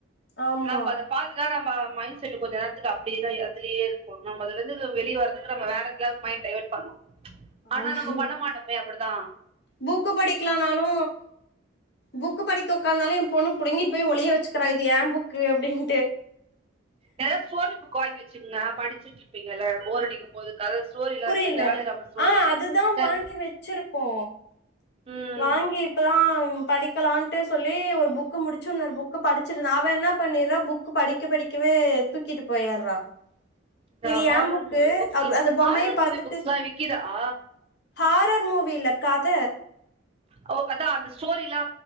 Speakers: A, on the left; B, on the right.
A: ஆமா
B: நாம் அத பாத்துட்டா நம்ம மைண்ட் செட் கொஞ்ச நேரத்துக்கு அப்டியே தா இரு அதுலயே இருக்கு நம்ம அதுல இருந்து வெளியவரதுக்கு நம்ம வேற எப்டியாவது மைண்ட் டைவர்ட் பண்ணு ப்ச்
A: ஆமாங்க
B: ஆனா நம்ம பண்ண மாட்டோமே அப்டிதா
A: புக்கு படிக்கலான்னாலு புக்கு படிக்க உக்காந்தாலு எ பொண்ணு புடுங்கிட்டு போயி ஒழிய வச்சிக்கிறா இது எ புக் கு அப்டினு
B: ஏதாவது ஸ்டோரி புக்கு வாங்கி வச்சுங்க படிச்சிட்டு இருப்பீங்கல்ல போரடிக்கும் போது கத ஸ்டோரி எல்லா
A: புரியல
B: இருக்குல்ல தெனாலிராமன் ஸ்டோரி
A: ஆ அதுதா
B: தென்
A: வாங்கி வச்சிருக்கோ
B: ம்
A: வாங்கி இப்பதா படிக்கலான்ட்டு சொல்லி ஒரு புக்கு முடுச்சு இன்னொரு புக்கு படுச் சிட்டு அவ என்னா பண்ணிறா புக் படிக்க படிக்கவே தூக்கிட்டு போயட்றா
B: இந்த
A: இது
B: ஹாரர்
A: ஏம் புக்கு
B: மூவி புக்ஸ்
A: அவு அந்த பொம்மைய
B: ஹாரர்
A: பாத்துட்டு
B: மூவி புக்ஸ்லாம் விக்கிதா
A: ஹாரர் மூவி இல்ல கத
B: ஓ அதா அந்த ஸ்டோரில்லா